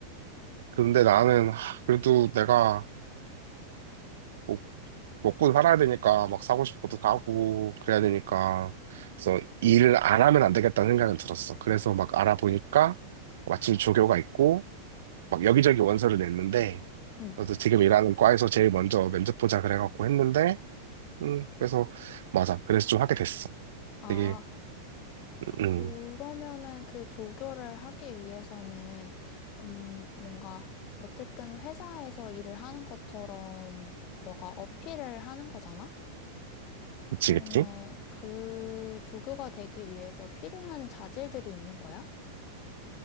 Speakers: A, on the right; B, on the left.
A: 근데 나는, 하, 그래도 내가 뭐 먹고 살아야 되니까 막 사고 싶은 것도 사고 그래야 되니까. 그래서 일을 안 하면 안 되겠다는 생각은 들었어. 그래서 막 알아보니까 마침 조교가 있고 막 여기저기 원서를 냈는데
B: 응.
A: 그래서 지금 일하는 과에서 제일 먼저 면접 보자 그래갖고 했는데 음, 그래서 맞아. 그래서 좀 하게 됐어.
B: 아,
A: 되게, 음,
B: 그러면은
A: 음.
B: 그 조교를 하기 위해서는, 음, 뭔가, 어쨌든 회사에서 일을 하는 것처럼 너가 어필을 하는 거잖아?
A: 그치,
B: 그러면
A: 그치?
B: 그 조교가 되기 위해서 필요한 자질들이 있는 거야?